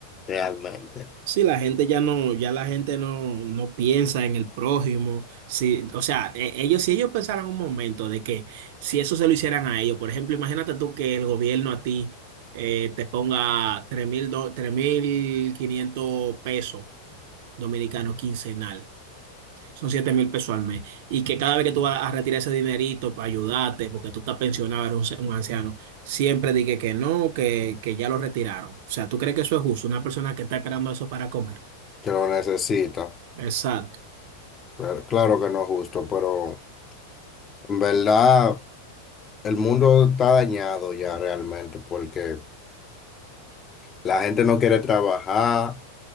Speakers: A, on the left (about 25°); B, on the right (about 50°).
A: realmente,
B: si la gente ya no, ya la gente no, no piensa en el prójimo, si, o sea, e- ellos, si ellos pensaran un momento de que si eso se lo hicieran a ellos, por ejemplo, imagínate tú que el gobierno a ti eh, te ponga tres mil, quinientos pesos dominicano quincenal. Son siete mil pesos al mes. Y que cada vez que tú vas a retirar ese dinerito para ayudarte, porque tú estás pensionado, eres un, se- un anciano, siempre dije que no, que, que ya lo retiraron. O sea, ¿tú crees que eso es justo? Una persona que está esperando eso para comer.
A: que lo necesita.
B: Exacto.
A: Pero claro que no es justo, pero en verdad el mundo está dañado ya realmente, porque la gente no quiere trabajar,